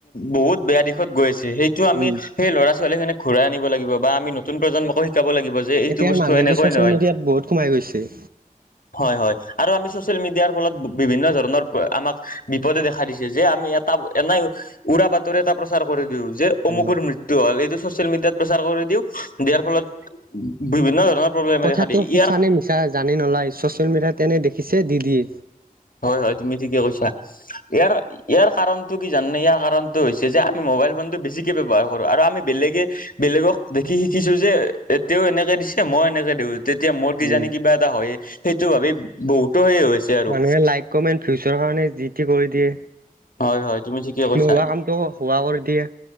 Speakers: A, on the left; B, on the right.
A: বহুত বেয়া দিশত গৈ আছে সেই টো আমি
B: উম
A: সেই ল'ৰা ছোৱালী খিনিক ঘুৰাই আনিব লাগিব বা আমি নতুন প্ৰজন্মকো শিকাব লাগিব। যে এইটো
B: এতিয়া
A: বস্তু
B: মানুহবোৰ
A: এনেকৈ
B: ছচিয়েল
A: নহয়
B: মিডিয়াত বহুত সোমাই গৈছে।
A: হয়ঁ হয়ঁ আৰু আমি চচিয়েল মিডিয়াৰ ফলত বিভিন্ন ধৰণৰ আমাক বিপদে দেখাই দিছে যে আমি ইয়াত- তাত এনেই উৰা বাতৰি এটা প্ৰচাৰ কৰি দিওঁ যে। অমুকৰ
B: অ
A: মৃত্যু হ'ল এইটো ছ'চিয়েল মিডিয়াত প্ৰচাৰ কৰি দিওঁ। দিয়াৰ ফলত বিভিন্ন ধৰণৰ প্ৰব্লেমে
B: কথাটো
A: দেখা দিয়ে
B: সঁচা
A: ইয়াৰ-
B: নে মিছা জানি নলয় ছ'চিয়েল মিডিয়াত তেনে দেখিছে দি দিয়ে।
A: হয়ঁ হয়ঁ তুমি ঠিকে কৈছা ইয়াৰ- ইয়াৰ কাৰণটো কি জানোে ইয়াৰ কাৰণটো হৈছে যে আমি মোবাইল ফোনটো বেছিকৈ ব্যৱহাৰ কৰোঁ আৰু আমি বেলেগে- বেলেগক দেখি শিকিছোঁ যে এ তেওঁ এনেকে দিছে মই এনেকে দিওঁ। তেতিয়া মোৰ কিজানি
B: উম,
A: কিবা এটা হয়েই সেইটো ভাবি বহুতো সেই হৈছে। আৰু
B: মানুহে লাইক কমেণ্ট ফিউচাৰৰ কাৰণে যি টি কৰি দিয়ে।
A: হয় হয় তুমি ঠিকে কৈছা
B: নোহোৱা কামটো ও হোৱা কৰি দিয়ে।